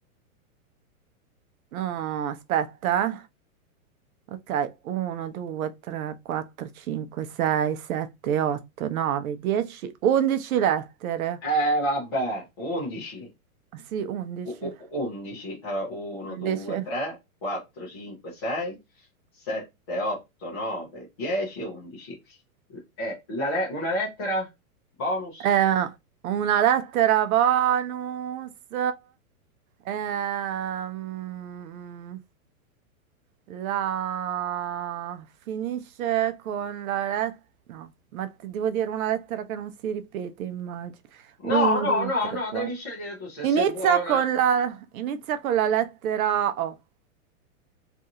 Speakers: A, on the right; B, on the left.
A: No, aspetta, eh. ok, 1, 2, 3, 4, 5, 6, 7, 8, 9, 10, 11 lettere,
B: Eh vabbè, undici.
A: sì, 11,
B: o- o- 11, allora 1,
A: 11.
B: 2, 3, 4, 5, 6, 7, 8, 9, 10, 11. Eh, la le- una lettera? Bonus?
A: Eh, una lettera Vanus, ehm, la finisce con la lettera, no, ma ti devo dire una lettera che non si ripete, immagino.
B: No,
A: Uno,
B: no,
A: due,
B: no,
A: tre,
B: no,
A: quattro.
B: devi scegliere tu se
A: Inizia
B: sei buona.
A: con la, inizia con la lettera O.